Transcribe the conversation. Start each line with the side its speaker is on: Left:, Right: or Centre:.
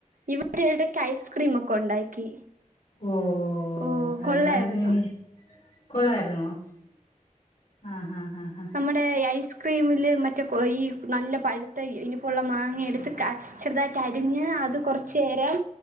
Right: ഇവിടെ എടക്കഐസ്ക്രീം ഒക്കെ ഉണ്ടാക്കി
Left: ഓ
Right: ഓഹ്
Left: അതൊന്ന്
Right: കൊള്ളായിരുന്നോ
Left: എനിക്ക് കൊള്ളായിരുന്നോ ആഹ് ആഹ് ആഹ് ആഹ്
Right: നമ്മടെ ഈഐസ്ക്രീമില് മറ്റേ കൊഈ നല്ല പഴ്ത്ത ഇനിപ്പോ ഉള്ള മാങ്ങ എട്ത്ത് ക ചെറുതായിട്ടഅരിഞ്ഞ് അത് കാെറച്ചേരം